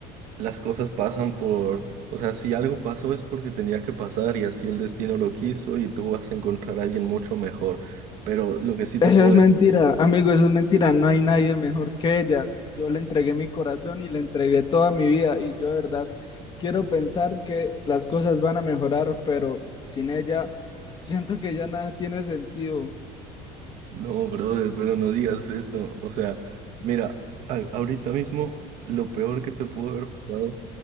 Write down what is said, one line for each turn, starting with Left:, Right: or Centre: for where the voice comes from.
Right: las cosas pasan por, o sea, si algo pasó es porque tenía que pasar y así el destino lo quiso y tú vas a encontrar a alguien mucho mejor. Pero lo que sí
Left: Eso
Right: te puedo
Left: es
Right: decir,
Left: mentira, amigo, eso es mentira. No hay nadie mejor que ella. Yo le entregué mi corazón y le entregué toda mi vida. Y yo, de verdad, quiero pensar que las cosas van a mejorar, pero sin ella, siento que ya nada tiene sentido.
Right: no, brother, pero no digas eso. O sea, mira, a- ahorita mismo lo peor que te pudo haber pasado